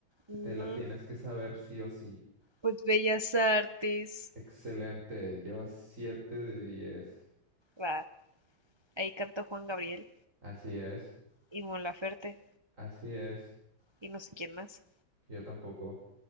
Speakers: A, on the right; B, on the right.
A: Mm,
B: Te la tienes que saber sí o sí.
A: pues Bellas Artes.
B: Excelente, llevas siete de diez.
A: Va, ahí canta Juan Gabriel
B: Así es,
A: y Mon Laferte
B: así es,
A: y no sé quién más.
B: yo tampoco.